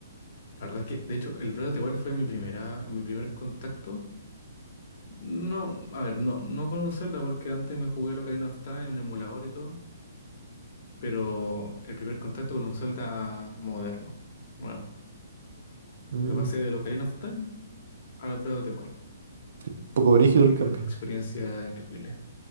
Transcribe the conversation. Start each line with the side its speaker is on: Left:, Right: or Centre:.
Left: La verdad es que, de hecho, el Breath of the Wild fue mi primera, mi primer contacto. No, a ver, no, no con un Zelda, porque antes me jugué lo Ocarina of Time en emulador y todo. Pero el primer contacto con un Zelda moderno, nuevo.
Right: Mm,
Left: Lo que pasé de Ocarina of Time al Breath of the Wild.
Right: sí, poco
Left: Y
Right: brígido
Left: fue
Right: el cambio.
Left: una experiencia increíble.